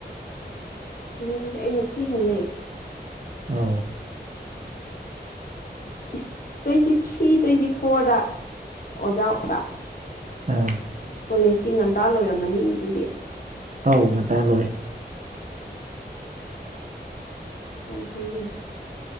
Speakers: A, on the left; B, on the right.
A: ꯁꯤꯅ ꯑꯗꯨꯗꯤ ꯑꯩꯅ ꯊꯤꯍꯜꯂꯦ
B: ꯑ
A: ꯏꯁ ꯇ꯭ꯋꯦꯟꯇꯤ ꯊ꯭ꯔꯤ ꯇ꯭ꯋꯦꯟꯇꯤ ꯐꯣꯔꯗ ꯑꯣꯖꯥ ꯑꯣꯏꯕ
B: ꯑ
A: ꯏꯁ ꯀꯣꯂꯦꯖꯇꯤ ꯉꯟꯇꯥ ꯂꯣꯏꯔꯝꯃꯅꯤꯅꯦ ꯑꯗꯨꯗꯤ
B: ꯑꯧ ꯉꯟꯇꯥ ꯂꯣꯏ
A: ꯌꯥꯝ ꯐꯩꯅꯦ